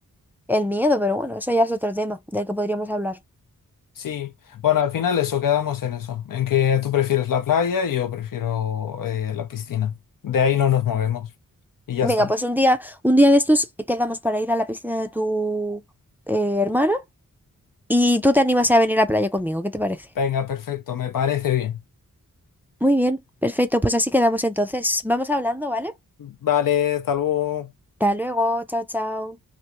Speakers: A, in the centre; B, on the left.
A: el miedo, pero bueno, eso ya es otro tema del que podríamos hablar.
B: Sí. Bueno, al final eso, quedamos en eso. En que tú prefieres la playa y yo prefiero eh, la piscina. De ahí no nos movemos. Y ya
A: Venga,
B: está.
A: pues un día, un día de estos quedamos para ir a la piscina de tu eh, hermana y tú te animas a venir a la playa conmigo, ¿qué te parece?
B: Venga, perfecto, me parece bien.
A: Muy bien, perfecto, pues así quedamos entonces. Vamos hablando, ¿vale?
B: Vale, hasta luego.
A: Hasta luego, chao, chao.